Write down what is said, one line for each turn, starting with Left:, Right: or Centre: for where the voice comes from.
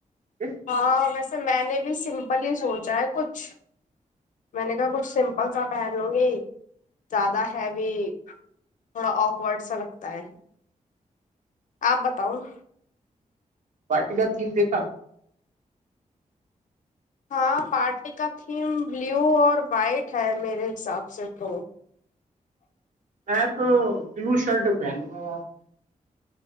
Right: پھر
Left: ہاں ویسے میں نے بھی سمپل ہی سوچا ہے کچھ میں نے کہا کچھ سمپل سا پہن لوں گی زیادہ ہیوی تھوڑا آکورڈ سا لگتا ہے آپ بتاؤں
Right: پارٹی کا تھیم دیکھا
Left: ہاں پارٹی کا تھیم بلیو اور وائٹ ہے میرے حساب سے تو
Right: میں تو بلو شرٹ پہنوں گا آپ